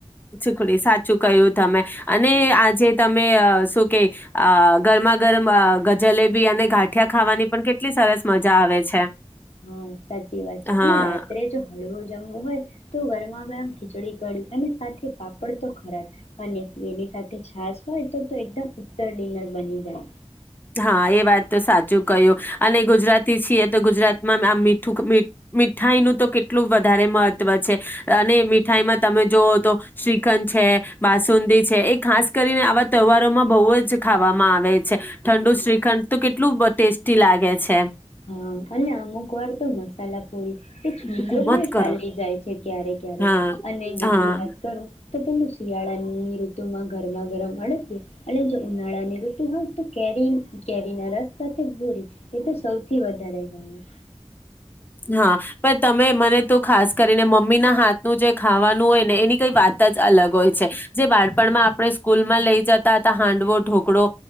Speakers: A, on the left (about 20°); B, on the left (about 90°).
A: છીકડી સાચું કહ્યું તમે, અને આજે તમે શું કે ગરમા ગરમ જલેબી અને ગાંઠિયા ખાવાની પણ કેટલી સરસ મજા આવે છે.
B: હા સાચી વાત છે,
A: હા
B: અને રાત્રે જો હળવો જમવુ હોય તો ગરમા ગરમ ખીચડી કડી અને સાથે પાપડ તો ખરાજ અને એની સાથે છાસ હોય ત તો એકદમ ઉત્તર ડિનર બની જાય.
A: હા એ વાત તો સાચું કહ્યું, અને ગુજરાતી છીએ તો ગુજરાતમાં આ મીઠું મીઠાઈનું તો કેટલું વધારે મહત્ત્વ છે, અને મીઠાઈમાં તમે જોવ તો શ્રી ખન છે, બાસુંદી છે, એક ખાસ કરીને આવા તહેવારોમાં બહુ જ ખાવામાં આવે છે. ઠંડુ શ્રીખંડ તો કેટલું બ ટેસ્ટી લાગે છે.
B: હા! અને અમુક વાર તો મસાલાપુરી એ છુંડો
A: હુકુમત
B: પણ
A: કર
B: ચાલી જાય છે, ક્યારે ક્યારેક
A: હા
B: અને બીજી
A: હા
B: વાત કરો તો, પેલું શિયાળાની ઋતુમાં ગરમા ગરમ અડદ્યું અને જો ઉનાળાની ઋતુ હોય તો કેરી કેરીના રસ સાથે ભૂરી, એ તો સો થી, વધારે ગમે.
A: હા! પણ તમે મને તો ખાસ કરીને મમ્મીના હાથ નું જે ખાવાનું હોય ને, એની કઈ વાત જ અલગ હોય છે, જે બાળ પણ, માં આપણે સ્કૂલ માં લઈ જતા હતા. હાંડવો ઢોકળો